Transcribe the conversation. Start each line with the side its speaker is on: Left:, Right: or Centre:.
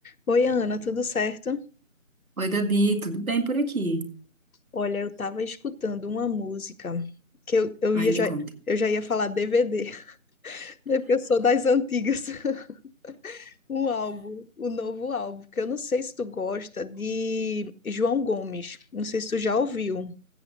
Left: Oi, Ana, tudo certo?
Right: Oi, Gabi, tudo bem por aqui?
Left: Olha, eu tava escutando uma música que eu, eu
Right: Ai,
Left: ia
Right: me
Left: já,
Right: conta.
Left: eu já ia falar DVD, <laughs> né? Porque eu sou das antigas. <laughs> Um álbum, o novo álbum, que eu não sei se tu gosta, de João Gomes. Não sei se tu já ouviu.